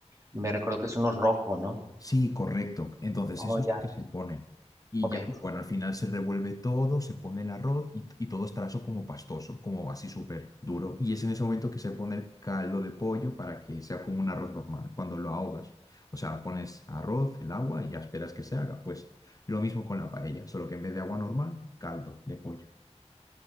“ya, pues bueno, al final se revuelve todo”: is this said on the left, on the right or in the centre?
Left